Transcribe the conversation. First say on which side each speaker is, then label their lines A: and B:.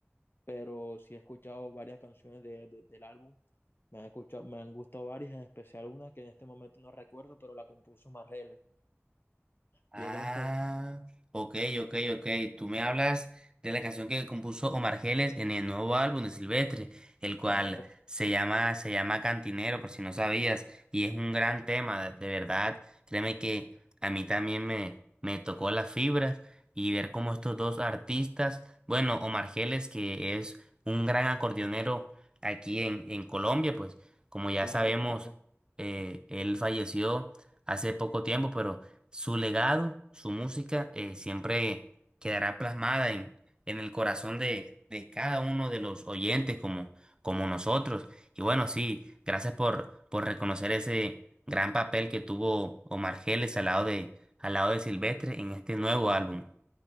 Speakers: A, on the left; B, on the right.
A: pero sí he escuchado varias canciones de, de- del álbum. Me han, escuchado, me han gustado varias, en especial una que en este momento no recuerdo, pero la compuso Marrele.
B: Ah,
A: Y es de las canciones.
B: ok, ok, ok. Tú me hablas de la canción que compuso Omar Geles en el nuevo álbum de Silvestre, el cual
A: Claro,
B: se llama, se llama Cantinero, por si no sabías, y es un gran tema, de de verdad. Créeme que a mí también me, me tocó las fibras y ver cómo estos dos artistas, bueno, Omar Geles, que es un gran acordeonero aquí en, en Colombia, pues como ya
A: claro,
B: sabemos,
A: claro.
B: eh, él falleció hace poco tiempo, pero su legado, su música, eh, siempre quedará plasmada en, en el corazón de, de cada uno de los oyentes como, como nosotros. Y bueno, sí, gracias por, por reconocer ese gran papel que tuvo Omar Geles al lado de, al lado de Silvestre en este nuevo álbum.